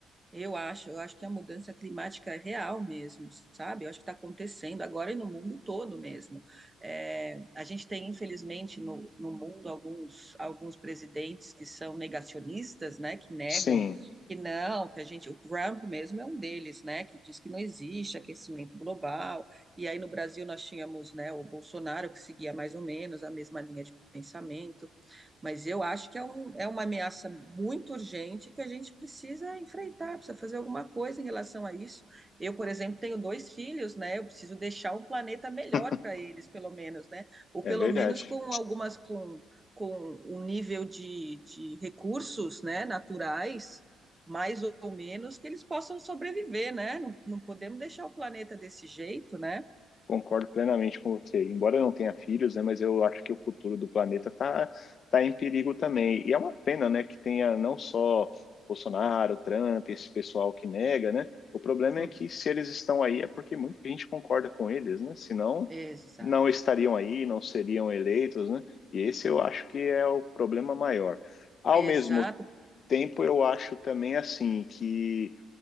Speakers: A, on the right; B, on the left.
A: Eu acho, eu acho que a mudança climática é real mesmo, sabe? Eu acho que está acontecendo agora e no mundo todo mesmo. É, a gente tem, infelizmente, no, no mundo alguns, alguns presidentes que são negacionistas, né? Que negam
B: Sim,
A: que não, que a gente. O Trump mesmo é um deles, né? Que diz que não existe aquecimento global. E aí no Brasil nós tínhamos, né, o Bolsonaro que seguia mais ou menos a mesma linha de pensamento. Mas eu acho que é, um, é uma ameaça muito urgente que a gente precisa enfrentar, precisa fazer alguma coisa em relação a isso. Eu, por exemplo, tenho dois filhos, né? Eu preciso deixar um planeta melhor
B: <laughs>
A: para eles, pelo menos, né? Ou
B: é
A: pelo
B: verdade.
A: menos com algumas com, com um nível de, de recursos, né, naturais, mais ou menos, que eles possam sobreviver, né? Não, não podemos deixar o planeta desse jeito, né?
B: Concordo plenamente com você. Embora eu não tenha filhos, né, mas eu acho que o futuro do planeta está tá tá em perigo também. E é uma pena, né, que tenha não só Bolsonaro, Trump, esse pessoal que nega, né? O problema
A: Uhum.
B: é que se eles estão aí é porque muita gente concorda com eles, né? Senão
A: Exato,
B: não estariam aí, não seriam eleitos, né? E esse eu acho que é o problema maior. Ao
A: exato.
B: mesmo tempo, eu acho também assim que